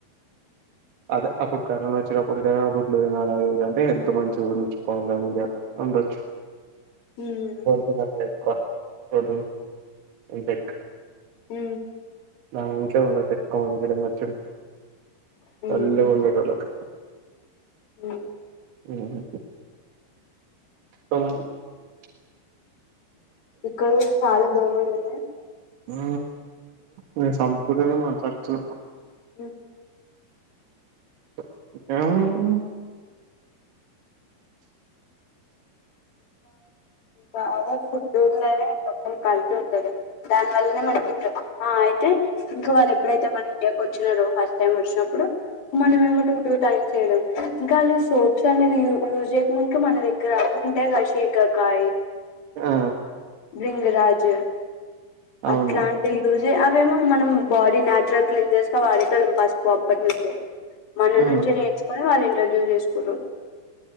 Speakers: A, on the right; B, on the left.
A: అదే అప్పుడు కరోనా వచ్చినప్పుడు ఏదైనా గుడ్లు ఏనా అ అంటే హెల్త్ మంచిగా ఉంచుకోవాలి అగా ఉండొచ్చు
B: ఉమ్
A: తినాలనే ఎక్కువ గుడ్లు ఇంపెక్
B: హ
A: బాం ఉండ తప్ప మచ్చ
B: ఉమ్
A: నల్ ఉండేటొల్లకు
B: ఉమ్
A: ఉ
B: ఇక్కడ కూడా చాలా దోమల్ ఉన్నాయి
A: ఆ నేను సంపూర్ణతోని మాట్లాడుతున్నా
B: ఉహు
A: <unintelligible>
B: కాదు ఆ ఫుడుల్నే మొత్తం కల్తీ ఉంటది దాన్ వల్నే మనకి ఆ అయితే ఇంకా వాళ్ళ ఎప్పుడైతేన మన వచ్చినారు ఫస్ట్ టైం వచ్చినప్పుడు మనమెమో <unintelligible> చేయడం ఇంకా వాళ్ళు సోప్స్ అనేది యూజ్ చేసినక మన దగ్గర సికాకాయ
A: ఆ
B: బృంగరాజు
A: అవును
B: అట్లాంటివి అవేమో మనం బాడీ నచురల్ గా క్లీన్ చేసుకోవడం వాడేటోల్లం పసుపు అప్పటి నుంచే మన
A: ఆ
B: నుంచి నేర్చుకొని వాళ్ళు <unintelligible> చేసుకుందూ